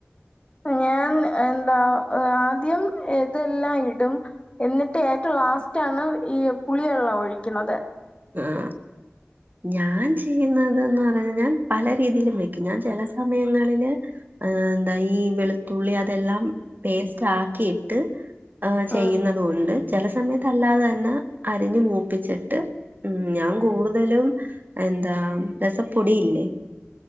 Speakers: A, on the left; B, on the right.
A: ഞാൻ എന്താ ആദ്യം ഇതെല്ലാം ഇടും. എന്നിട്ട് ഏറ്റവും ലാസ്റ്റ് ആണ് ഈ പുളി വെള്ളം ഒഴിക്കണത്
B: ആഹ ഞാൻ ചെയ്യുന്നത് എന്ന് പറയ ഞാൻ പല രീതിയിലും വെക്കും ഞാൻ ചില സമയങ്ങളില് ഏ എന്താ ഈ വെളുത്തുള്ളി അതെല്ലാം പേസ്റ്റ് ആക്കിയിട്ട് ചെയ്യുന്നത
A: ഉം
B: കൊണ്ട് ചെല സമയത്ത് അല്ലാതെ തന്നെ അരിഞ്ഞ് മൂപ്പിച്ചിട്ട് ഉം ഞാൻ കൂടുതലും എന്താ രസപ്പൊടിയില്ലേ